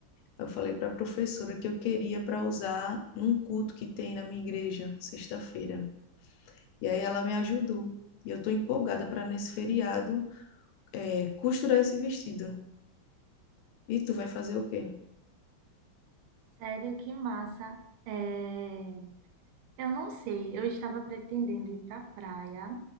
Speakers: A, on the left (about 85°); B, on the right (about 85°).
A: Eu falei para a professora que eu queria para usar num culto que tem na minha igreja, sexta-feira. E aí ela me ajudou. E eu tô empolgada para nesse feriado é, costurar esse vestido. E tu vai fazer o quê?
B: sério, que massa. É, Eu não sei, eu estava pretendendo ir para a praia,